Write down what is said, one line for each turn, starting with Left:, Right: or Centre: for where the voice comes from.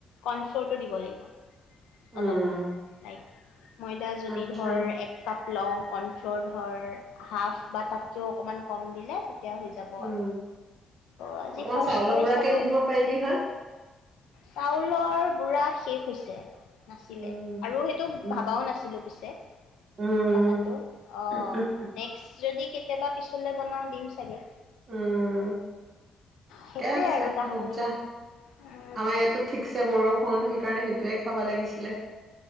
Left: কৰ্ণফ্লৌৰটো দিব লাগিব
Right: উম
Left: অলপমান। লাইক ময়দা যদি
Right: আচ্ছা
Left: ধৰ এক কাপ লওঁ কৰ্ণফ্ল'ৰ ধৰ হাফ বা তাতকেও অকনমান কম দিলে তেতিয়া হৈ যাব।
Right: উম
Left: বৰ আজি
Right: অকমান
Left: ফাৰ্ষ্ট
Right: চাউলৰ
Left: কৰি
Right: গুড়াকে
Left: চালোঁ
Right: দি দিব পাৰিলি হয়
Left: চাউলৰ গুড়া শেষ হৈছে নাছিলে
Right: উম
Left: আৰু সেইটো
Right: উম
Left: ভাবাও নাছিলোঁ পিছে
Right: উম
Left: কথাটো অ'
Right: উম,
Left: নেক্স যদি কেতিয়াবা পিছলে বনাও দিম চাগে
Right: উম ঠিকেই
Left: সেইটোৱে
Right: আছে
Left: আৰু কাহানী
Right: মজ্জা
Left: উম
Right: আমাৰ ইয়াতো ঠিকছে বৰষুণ সেইকাৰণে সেইটোৱে খাব লাগিছিলে